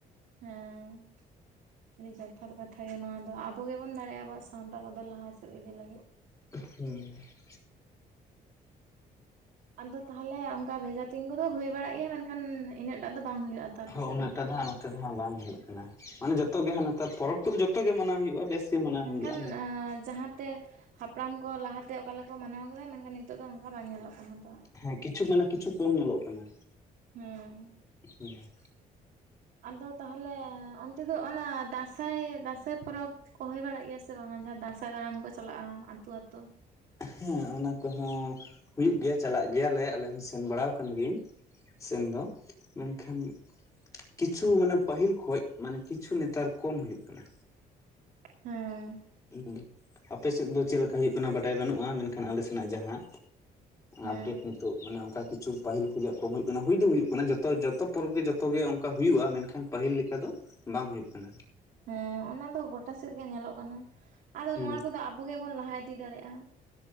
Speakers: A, on the right (about 80°); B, on the left (about 20°).
A: ᱦᱮᱸ ᱟᱹᱰᱤ ᱡᱚᱛᱷᱟᱛ ᱠᱟᱛᱷᱟ ᱜᱮ ᱱᱚᱣᱟ ᱫᱚ ᱟᱵᱚ ᱜᱮᱵᱚᱱ ᱫᱟᱲᱮᱭᱟᱜᱼᱟ ᱟᱵᱚᱣᱟᱜ ᱥᱟᱶᱛᱟ ᱠᱚᱫᱚ ᱞᱟᱦᱟ ᱥᱮᱫ ᱤᱫᱤ ᱞᱟᱹᱜᱤᱫ
B: ᱦᱮᱸ
A: ᱟᱫᱚ ᱛᱟᱦᱚᱞᱮ ᱚᱱᱠᱟ ᱵᱷᱮᱡᱟ ᱛᱤᱧ ᱠᱚᱫᱚ ᱦᱩᱭ ᱵᱟᱲᱟᱜ ᱜᱮᱭᱟ ᱢᱮᱱᱠᱷᱟᱱ ᱤᱱᱟᱹᱜᱴᱟᱜ ᱫᱚ ᱵᱟᱝ ᱦᱩᱭᱩᱜᱼᱟ ᱛᱚ ᱟᱯᱮ
B: ᱦ
A: ᱥᱮᱫ
B: ᱩᱱᱟᱹᱜ ᱴᱴᱟ ᱫᱚ ᱦᱟᱜ ᱱᱚᱛᱮ ᱫᱚ ᱦᱜ ᱵᱟᱝ ᱦᱩᱭᱩᱜ ᱠᱟᱱᱟ ᱢᱟᱱᱮ ᱡᱚᱛᱚ ᱜᱮ ᱦᱜ ᱱᱮᱛᱟᱨ ᱯᱚᱨᱚᱵᱽ ᱠᱚᱫᱚ ᱡᱚᱛᱚ ᱜᱮ ᱢᱟᱱᱟᱣ ᱦᱩᱭᱩᱜᱼᱟ ᱵᱮᱥ ᱜᱮ ᱢᱟᱱᱟᱣ
A: ᱢᱮᱱᱠᱷᱟᱱ
B: ᱦᱩᱭᱩᱜᱼᱟ
A: ᱡᱟᱦᱟᱸᱛᱮ ᱦᱟᱯᱲᱟᱢ ᱠᱚ ᱞᱟᱦᱟᱛᱮ ᱚᱠᱟ ᱞᱮᱠᱟ ᱠᱚ ᱢᱟᱱᱟᱣ ᱠᱮᱫᱟ ᱢᱮᱱᱠᱷᱟᱱ ᱱᱤᱛᱚᱜ ᱫᱚ ᱚᱱᱠᱟ ᱵᱟᱝ ᱧᱮᱞᱚᱜ ᱠᱟᱱᱟ ᱛᱚ
B: ᱦᱮᱸ ᱠᱤᱪᱷᱩ ᱢᱟᱱᱮ ᱠᱤᱪᱷᱩ ᱠᱚᱢ ᱧᱮᱞᱚᱜ ᱠᱟᱱᱟ
A: ᱦᱮᱸ
B: ᱦᱮᱸ
A: ᱟᱫᱚ ᱛᱟᱦᱚᱞᱮ ᱚᱱᱛᱮ ᱫᱚ ᱚᱱᱟ ᱫᱟᱸᱥᱟᱭ ᱫᱟᱸᱥᱟᱭ ᱯᱚᱨᱚᱵᱽ ᱠᱚ ᱦᱩᱭ ᱵᱟᱲᱟᱜ ᱜᱮᱭᱟ ᱥᱮ ᱵᱟᱝ ᱡᱟᱦᱟᱸ ᱫᱟᱸᱥᱟᱭ ᱫᱟᱬᱟᱱ ᱠᱚ ᱪᱟᱞᱟᱜᱼᱟ ᱟᱹᱛᱩ ᱟ ᱟᱹᱛᱩᱳ
B: ᱦᱮᱸ ᱚᱱᱟ ᱠᱚᱦᱚᱸ ᱦᱩᱭᱩᱜ ᱜᱮᱭᱟ ᱪᱟᱞᱟᱜ ᱜᱮᱭᱟᱞᱮ ᱟᱞᱮ ᱦᱚᱸ ᱥᱮᱱ ᱵᱟᱲᱟ ᱟᱠᱟᱱ ᱜᱤᱭᱟᱹᱧ ᱥᱮᱱ ᱫᱚ ᱮᱠᱷᱟᱱ ᱠᱤᱪᱷᱩ ᱢᱟᱱᱮ ᱯᱟᱹᱦᱤᱞ ᱠᱷᱚᱱᱚ ᱢᱟᱱᱮ ᱠᱤᱪᱷᱩ ᱱᱮᱛᱟᱨ ᱠᱚᱢ ᱦᱩᱭᱩᱜ ᱠᱟᱱᱟ
A: ᱦᱮᱸ
B: ᱦᱩᱸ ᱟᱯᱮ ᱥᱮᱫ ᱫᱚ ᱪᱮᱫ ᱞᱮᱠᱟ ᱦᱩᱭᱩᱜ ᱠᱟᱱᱟ ᱵᱟᱰᱟᱭ ᱵᱟᱹᱱᱩᱜᱼᱟ ᱢᱮᱱᱠᱷᱟᱱ ᱟᱞᱮ ᱥᱮᱱᱟᱜ ᱡᱟᱦᱟᱸ
A: ᱦᱮᱸ
B: ᱟᱯᱰᱮᱴ <unintelligible> ᱛᱳ ᱢᱟᱱᱮ ᱚᱱᱠᱟ ᱠᱤᱪᱷᱩ ᱯᱟᱹᱦᱤᱞ ᱠᱷᱚᱡ ᱠᱚᱢ ᱦᱩᱭᱩᱜ ᱠᱟᱱᱟ ᱦᱩᱭ ᱫᱚ ᱦᱩᱭᱩᱜ ᱠᱟᱱᱟ ᱡᱚᱛᱚ ᱡᱚᱛᱚ ᱯᱚᱨᱚᱵ ᱜᱮ ᱡᱚᱛᱚ ᱜᱮ ᱚᱱᱠᱟ ᱦᱩᱭᱩᱜᱼᱟ ᱢᱮᱱᱠᱷᱟᱱ ᱯᱟᱹᱦᱤᱞ ᱞᱮᱠᱟ ᱫᱚ ᱵᱟᱝ ᱦᱩᱭᱩᱜ ᱠᱟᱱᱟ
A: ᱦᱮᱸ ᱚᱱᱟ ᱫᱚ ᱜᱚᱴᱟ ᱥᱮᱫ ᱜᱮ ᱧᱮᱞᱚᱜ ᱠᱟᱱᱟ ᱟᱫᱚ
B: ᱦᱩᱸ
A: ᱱᱚᱣᱟ ᱠᱚᱫᱚ ᱟᱵᱚ ᱜᱮᱵᱚᱱ ᱞᱟᱦᱟ ᱤᱫᱤ ᱫᱟᱲᱮᱭᱟᱜᱼᱟ